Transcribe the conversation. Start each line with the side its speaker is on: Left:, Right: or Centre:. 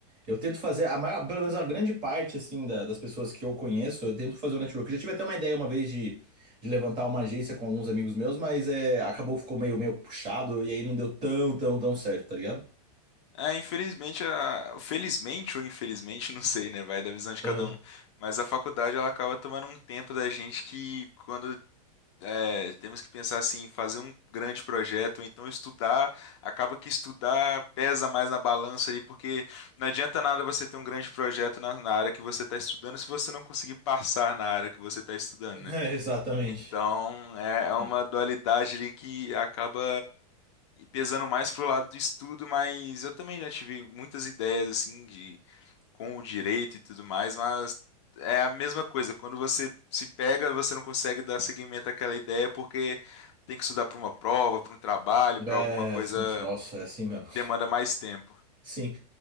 Right: eu tento fazer, a maior, pelo menos a grande parte, assim, da- das pessoas que eu conheço, eu tento fazer o network. Eu já tive até uma ideia uma vez de, de levantar uma agência com alguns amigos meus, mas é, acabou, ficou meio, meio puxado, e aí não deu tão, tão, tão certo, tá ligado?
Left: É, infelizmente, a- felizmente ou infelizmente, <laughs> não sei, né? Vai da visão de
Right: Aham.
Left: cada um.
Right: <laughs>
Left: Mas a faculdade ela acaba tomando um tempo da gente que quando é, temos que pensar assim, em fazer um grande projeto, ou então estudar, acaba que estudar pesa mais na balança ali, porque não adianta nada você ter um grande projeto na, na área que você está estudando se você não conseguir passar na área que você está estudando,
Right: É,
Left: né?
Right: exatamente.
Left: Então, é é
Right: Sim.
Left: uma dualidade ali que acaba pesando mais pro lado do estudo, mas eu também já tive muitas ideias assim de com o direito e tudo mais, mas é a mesma coisa. Quando você se pega, você não consegue dar seguimento àquela ideia porque tem que estudar para uma prova, para um trabalho,
Right: É,
Left: para alguma coisa
Right: nossa,
Left: que
Right: é assim mesmo.
Left: demanda mais tempo.
Right: Sim.